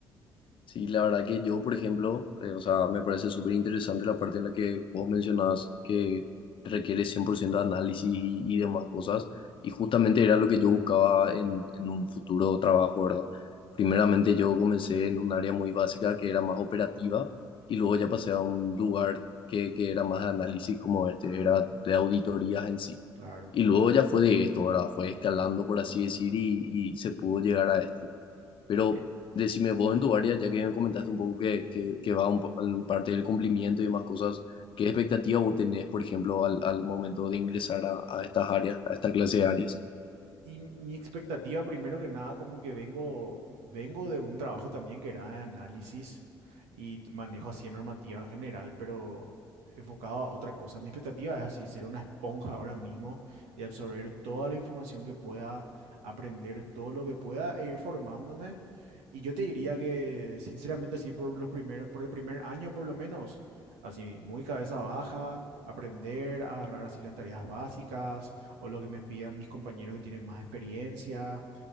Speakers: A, on the left; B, on the right.
A: Sí, la verdad que yo, por ejemplo, eh, o sea, me parece súper interesante la parte en la que vos mencionabas que requiere 100% de análisis y, y demás cosas, y justamente era lo que yo buscaba en, en un futuro trabajo, ¿verdad? Primeramente yo comencé en un área muy básica que era más operativa, y luego ya pasé a un lugar que, que era más de análisis como este,
B: Ah,
A: era de auditorías en sí.
B: claro.
A: Y luego ya fue de esto, ¿verdad? Fue escalando, por así decir, y, y se pudo llegar a esto. Pero
B: Eh,
A: Decime vos en tu área, ya que me comentaste un poco que,
B: Sí.
A: que, que va un po- en parte del cumplimiento y demás cosas, ¿qué expectativa vos tenés, por ejemplo, al, al momento de ingresar a, a estas áreas, a esta clase de áreas?
B: Y mi expectativa, primero que nada, como que vengo, vengo de un trabajo también que era de análisis y t- manejo así de normativa en general, pero enfocado a otra cosa. Mi expectativa es así, ser una esponja ahora mismo y absorber toda la información que pueda, aprender todo lo que pueda e ir formándome. Y yo te diría que, sinceramente, así por los primeros, por el primer año por lo menos, así muy cabeza baja, aprender, agarrar así las tareas básicas o lo que me pidan mis compañeros que tienen más experiencia